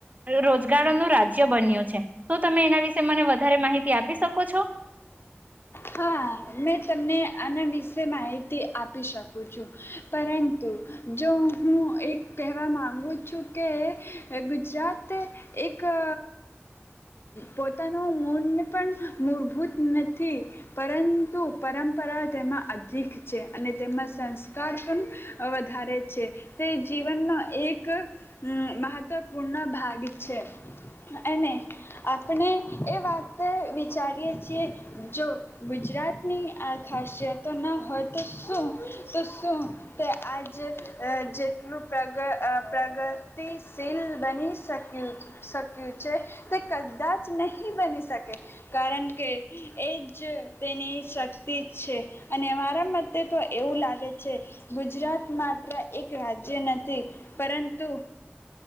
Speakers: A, on the right; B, on the left.
A: રોજગારનું રાજ બન્યું છે શુ તમે એના વિશે મને વધારે માહિતી આપી શકો છો.
B: હા મેં તમને આના વિશે માહિતી આપી શકું છું પરંતુ જો હું એક કહેવા માગું છું કે ગુજરાત એક. કે પોતાનું મન પણ મૂળભૂત નથી પરંતુ પરંપરાઓ તેમાં અધિક છે અને તેમાં સંસ્કાર પણ વધારે છે તે જીવનનો એક મહત્વપૂર્ણ ભાગ છે. અને આપણે એ વાત વિચારીય છીએ જો ગુજરાતની આ ખાસિયતો ના હોય તો શું. શુ તે આજ. જે જેટલું પ્રગ પ્રગતિશીલ બની શક્યું. શક્યું છે તે કદાચ નહી બની શકે. કારણ કે. એ જ તેની શક્તિ જ છે અને મારાં મતે તો એ એવું લાગે છે ગુજરાત માત્ર એક રાજ્ય નથી પરં તું